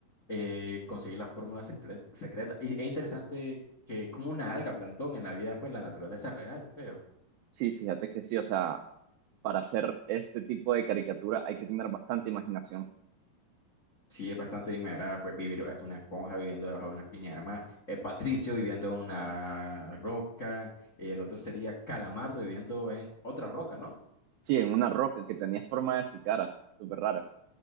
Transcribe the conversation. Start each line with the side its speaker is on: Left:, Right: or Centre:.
Left: eh, conseguir la fórmula secre- secreta. Y es interesante que es como una alga, Plantón, en la vida, pues la naturaleza real, creo.
Right: Sí, fíjate que sí, o sea, para hacer este tipo de caricatura hay que tener bastante imaginación.
Left: Sí, es bastante inmadera, pues vivir hasta una esponja viviendo debajo de una piña de mar, eh, Patricio viviendo en una roca, el otro sería Calamardo viviendo en otra roca, ¿no?
Right: Sí, en una roca que tenía forma de su cara, súper rara.